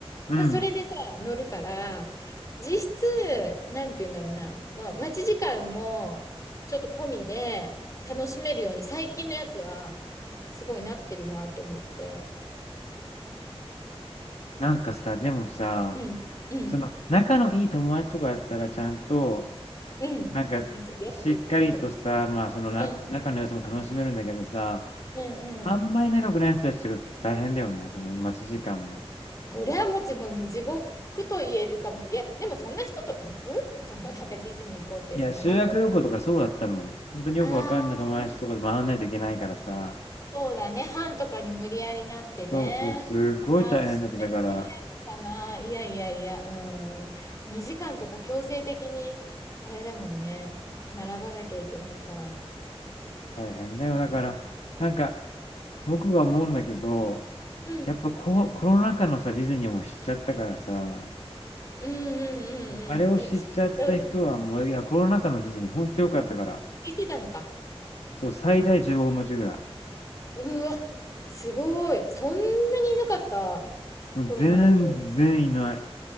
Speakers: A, on the left; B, on the left.
A: うん。
B: まあそれでさ、乗るから、実質、なんて言うんだろうな、まあ待ち時間もちょっと込みで楽しめるように最近のやつは、すごいなってるなって思って。
A: なんかさ、でもさ、
B: うん、うん、
A: その仲のいい友達とかやったらちゃんと、
B: うん。
A: なんかしっかりとさ、
B: そりゃそうだけど。
A: まあそのな仲の良さも楽しめるんだけどさ、
B: うん、うん、
A: あんまり仲良くない人たちとか大変だよね、
B: うん。
A: その待ち時間も。
B: そりゃもちもう地獄と言えるかもしれない。いや、でもそんな人と行くそのなんかディズニー行こうって、
A: いや、
B: そんな仲良くな
A: 修学旅行とかそうだったもん。本当によくわかんない友達とかと回らないといけないからさ。
B: ああ、そうだね。班とかに無理やりなってね。
A: そうそう、すごい大変だった。
B: ああ、それは嫌かな。
A: だから、
B: いやいやいや、うん。2時間とか強制的に、あれだもんね。並ばなきゃいけないから。
A: 大変だよ。
B: うん。
A: だから、なんか僕が思うんだけど、
B: うん
A: やっぱこうコロナ禍のさ、ディズニーも知っちゃったからさ、
B: うんうんうん。
A: あれを知っちゃった人はもう、
B: え、知っちゃうと思う。
A: いや、コロナ禍のディズニー、ほんと良かったから、
B: 聞いてたのか。
A: そう、最大15分待ちぐらい。
B: うわ、すごい。そんなにいなかった。
A: もう全然いない。
B: コロナだと。